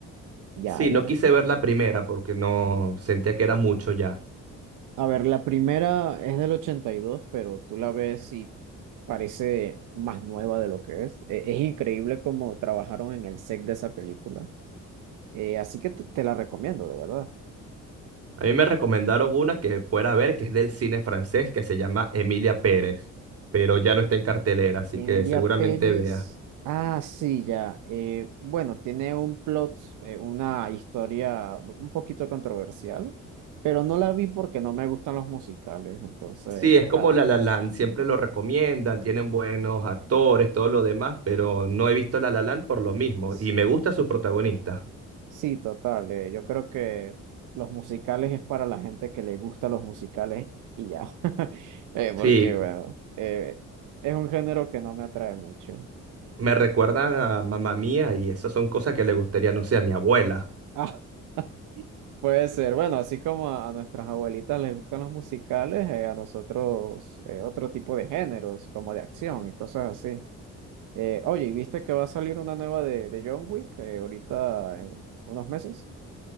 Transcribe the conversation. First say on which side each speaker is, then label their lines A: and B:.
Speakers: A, on the right (about 85°); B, on the right (about 50°).
A: Ya,
B: Sí,
A: ya.
B: no quise ver la primera porque no sentía que era mucho ya.
A: A ver, la primera es del 82, pero tú la ves y parece más nueva de lo que es. E- es increíble cómo trabajaron en el set de esa película. Eh, así que te te la recomiendo, de verdad.
B: A mí me recomendaron una que fuera a ver, que es del cine francés, que se llama Emilia Pérez, pero ya no está en cartelera, así
A: Emilia
B: que seguramente
A: Pérez.
B: vea.
A: Ah, sí, ya. Eh, bueno, tiene un plot, eh, una historia un poquito controversial, pero no la vi porque no me gustan los musicales. Entonces,
B: Sí, es
A: ah,
B: como La La Land, siempre lo recomiendan, tienen buenos actores, todo lo demás, pero no he visto La La Land por lo mismo
A: s-
B: y me gustan sus protagonistas.
A: sí, total. eh, yo creo que los musicales es para la gente que le gusta los musicales y ya. <laughs> Eh, porque,
B: Sí, cu-
A: bueno, eh, es un género que no me atrae mucho.
B: me recuerdan a Mamá Mía y esas son cosas que le gustaría, no sé, a mi abuela.
A: <laughs> Puede ser, bueno, así como a, a nuestras abuelitas les gustan los musicales, eh, a nosotros eh, otro tipo de géneros, como de acción y cosas así. Eh, oye, ¿y viste que va a salir una nueva de, de John Wick eh, ahorita en unos meses?